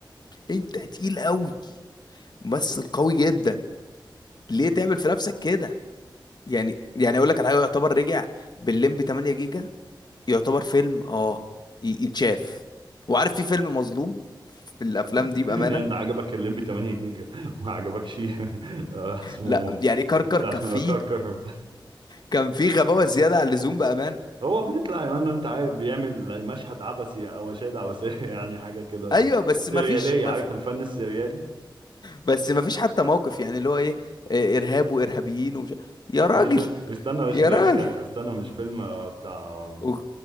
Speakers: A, on the left; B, on the right.
A: انت تقيل قوي ممثل قوي جدا ليه تعمل في نفسك كده يعني يعني اقول لك على حاجه يعتبر رجع بالليمب 8 جيجا يعتبر فيلم اه ي- يتشاف وعارف في فيلم مظلوم في الافلام
B: <laughs>
A: دي بامانه
B: يعني ده عجبك الليمبي 8 جيجا وما عجبكش <laughs> آه، اسمه
A: لا يعني كركر
B: بتاع
A: كان فيه
B: كركر بتاع.
A: كان فيه غباوه زياده عن اللزوم بامانه
B: هو بيطلع يا مان انت عارف بيعمل مشهد عبثي او مشاهد عبثيه <laughs> يعني حاجه كده
A: ايوه بس ما
B: سرياليه
A: فيش ما
B: عارف
A: في
B: الفن السريالي
A: بس ما فيش حتى موقف يعني اللي هو ايه آه، ارهاب وارهابيين ومش يا راجل
B: مش ده مش استنى مش
A: يا
B: ده
A: راجل
B: اللي كان استنى مش فيلم آه، بتاع
A: و... و...